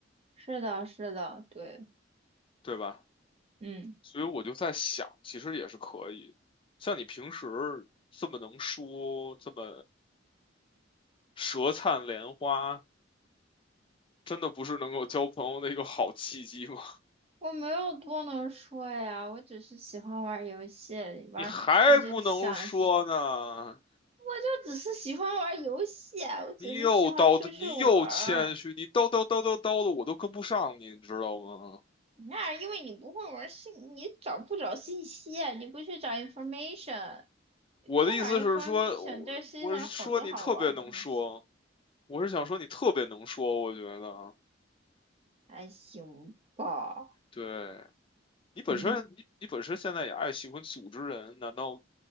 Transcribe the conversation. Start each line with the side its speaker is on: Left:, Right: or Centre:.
Right: 是的，是的，对，
Left: 对吧？
Right: 嗯，
Left: 所以我就在想，其实也是可以。像你平时这么能说，这么舌灿莲花。真的不是能够交朋友的一个好契机吗？
Right: 我没有多能说呀，我只是喜欢玩游戏，
Left: <laughs>
Right: 玩，
Left: 你还不能说呢，
Right: 我只是想。我就只是喜欢玩游戏啊，我只是喜欢出去玩儿。
Left: 你又叨叨，你又谦虚，你叨叨叨叨叨的，我都跟不上你，你知道吗？
Right: 那因为你不会玩信，你找不找信息啊？你不去找 information，
Left: 我的意思是说，
Right: 多找 information，
Left: 我我是说你特别能说，
Right: 这世界上有很多好玩的东西，
Left: 我是想说你特别能说，我觉得，
Right: 还行吧。
Left: 对，你本身你你本身现在也爱喜欢组织人，
Right: 嗯，
Left: 难道